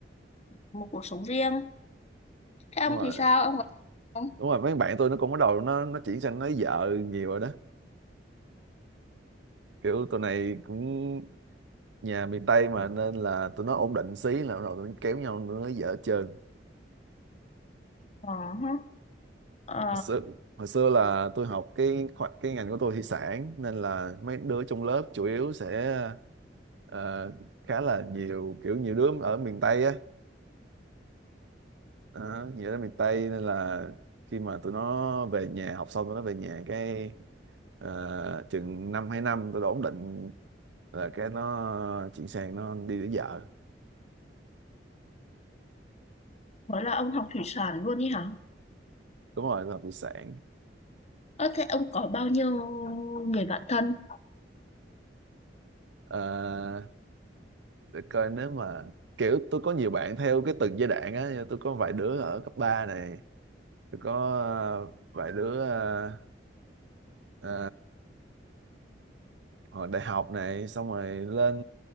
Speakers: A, on the left; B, on the right.
A: một cuộc sống riêng thế ông
B: đúng rồi
A: thì sao ông có không
B: đúng rồi mấy bạn tôi nó cũng bắt đầu nó nó chuyển sang nói vợ nhiều rồi đó kiểu tụi này cũng nhà miền Tây mà nên là tụi nó ổn định xí là bắt đầu tụi nó kéo nhau nó nói vợ hết trơn
A: ờ hả. ờ
B: hồi xưa, hồi xưa là tôi học cái khoa- cái ngành của tôi thủy sản nên là mấy đứa trong lớp chủ yếu sẽ ờ, khá là nhiều kiểu nhiều đứa ở miền Tây á đó, nghĩa là miền Tây nên là khi mà tụi nó về nhà học xong tụi nó về nhà cái ờ, chừng năm hai năm tụi nó ổn định là cái nó chuyển sang nó đi lấy vợ
A: mới là ông học thủy sản luôn đi hả
B: đúng rồi nó học thủy sản
A: ơ thế ông có bao nhiêu người bạn thân
B: Ờ, để coi nếu mà kiểu tôi có nhiều bạn theo cái từng giai đoạn á tôi có vài đứa ở cấp 3 này tôi có ờ, vài đứa ờ, ờ, hồi đại học này xong rồi lên